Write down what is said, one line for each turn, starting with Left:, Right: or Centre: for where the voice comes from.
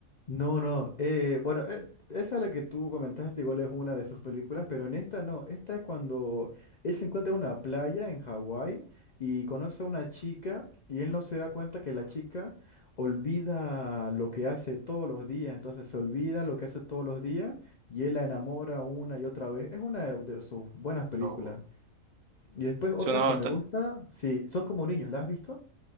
Left: No, no. eh, bueno, eh, esa es la que tú comentaste, igual es una de sus películas, pero en esta no. Esta es cuando él se encuentra en una playa en Hawái y conoce a una chica y él no se da cuenta que la chica olvida lo que hace todos los días. Entonces se olvida lo que hace todos los días y él la enamora una y otra vez. Es una de de sus buenas películas.
Right: No.
Left: Y después
Right: Suena
Left: otra que
Right: bastante.
Left: me gusta, sí, son como niños, ¿la has visto?